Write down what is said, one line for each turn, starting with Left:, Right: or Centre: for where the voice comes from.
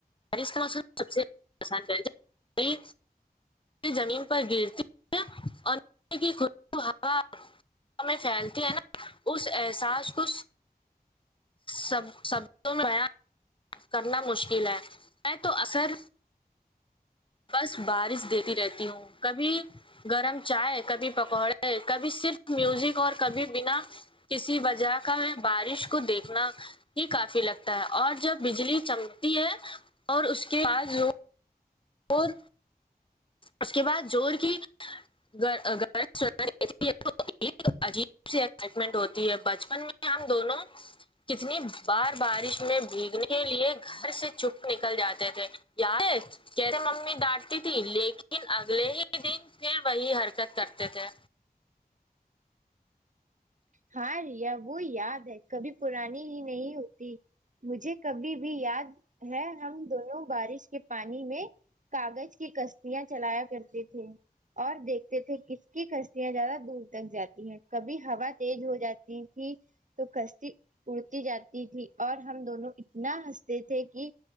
Left: بارش کا موسم سب سے آسان زمین پر گرتی خا <unintelligible> میں پھیلتی ہے نا اس احساس کو سب شبدوں میں بیان کرنا مشکل ہے ہے تو اثر بس بارش دیتی رہتی ہوں کبھی گرم چائے کبھی پکوڑے کبھی صرف میوزک اور کبھی بنا کسی وجہ کا میں بارش کو دیکھنا ہی کافی لگتا ہے اور جب بجلی چمکتی ہے اور اس کے بعد اور اس کے بعد جور کی گرج چمک یہ عجیب سی ایکسائٹمنٹ ہوتی ہے بچپن میں ہم دونوں کتنی بار بارش میں بھیگنے کے لیے گھر سے چپ نکل جاتے تھے یاد ہے کیسے ممی ڈانٹتی تھی لے لیکن اگلے ہی دن پھر وہی حرکت کرتے تھے
Right: ہاں ریا وہ یاد ہے کبھی پرانی ہی نہیں ہوتی مجھے کبھی بھی یاد ہے ہم دونوں بارش کے پانی میں کاغذ کی کشتیاں چلایا کرتی تھی اور دیکھتے تھے کس کی کشیاں زیادہ دور تک جاتی ہیں کبھی ہوا تیز ہو جاتی تھی تو کشتی اڑتی جاتی تھی اور ہم دونوں اتنا ہنستے تھے کہ